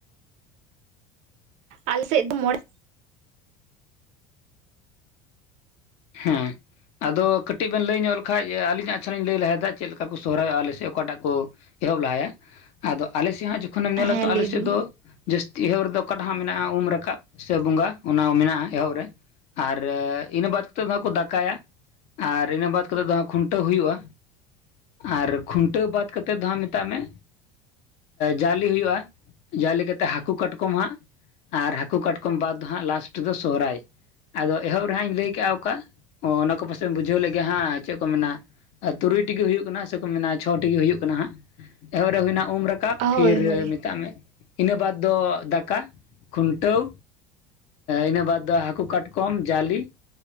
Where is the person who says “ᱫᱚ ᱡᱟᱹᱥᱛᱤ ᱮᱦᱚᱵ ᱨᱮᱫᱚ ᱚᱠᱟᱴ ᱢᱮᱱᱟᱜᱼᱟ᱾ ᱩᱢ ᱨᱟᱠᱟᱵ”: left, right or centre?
Left